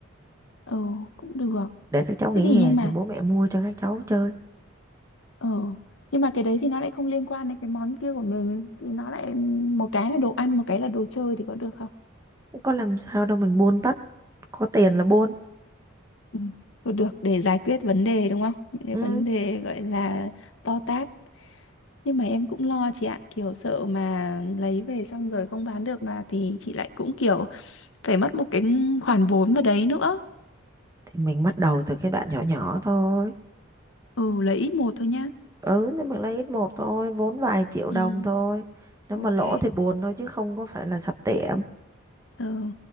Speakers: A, on the left; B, on the right.
A: ừ cũng được
B: để các cháu nghỉ
A: thế thì
B: hè
A: nhưng mà
B: thì bố mẹ mua cho các cháu chơi
A: Ờ, nhưng mà cái đấy thì nó lại không liên quan đến cái món kia của mình thì nó lại một cái là đồ ăn một cái là đồ chơi thì có được không?
B: Không có làm sao đâu mình buôn tất có tiền là buôn
A: Ừ. Được, được để giải quyết vấn đề đúng không? Những cái
B: ừ
A: vấn đề gọi là to tát. Nhưng mà em cũng lo chị ạ, kiểu sợ mà lấy về xong rồi không bán được mà thì chị lại cũng kiểu phải mất một cái khoản vốn vào đấy nữa.
B: thì mình bắt đầu từ cái đoạn nhỏ nhỏ thôi
A: Ừ, lấy ít một thôi nhá.
B: ừ thì mình lấy ít một thôi vốn vài triệu đồng
A: Ừ,
B: thôi nếu
A: ok.
B: mà lỗ thì buồn thôi chứ không có phải là sập tiệm
A: Ờ,